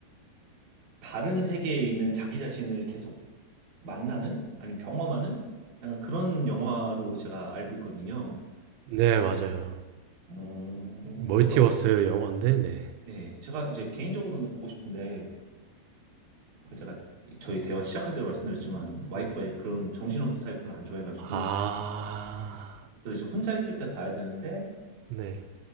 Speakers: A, on the right (about 50°); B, on the right (about 90°).
A: 다른 세계에 있는 자기 자신을 계속 만나는? 아니면 경험하는? 약간 그런 영화로 제가 알고 있거든요.
B: 네 맞아요.
A: 어,
B: 멀티버스
A: 그래서,
B: 영화인데 네.
A: 예, 제가 이제 개인적으로는 보고 싶은데, 그 제가 저희 대화 시작할 때도 말씀드렸지만 와이프가
B: 네.
A: 이제 그런 정신없는 스타일 별로 안 좋아해가지고
B: 아
A: 그래서 이제 혼자 있을 때 봐야 되는데
B: 네.